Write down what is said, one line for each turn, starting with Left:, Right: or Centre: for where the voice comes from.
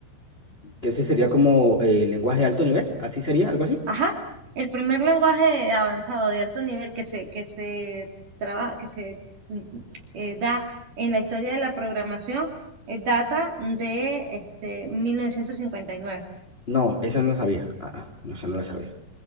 Left: Que ese sería como eh, lenguaje de alto nivel, así sería, algo así.
Right: Ajá, el primer lenguaje avanzado de alto nivel que se, que se traba- que se mm, eh, da en la historia de la programación eh, data de este, mil novecientos cincuenta y nueve
Left: No, esa no lo sabía. Ah, ah, no, esa no la sabía.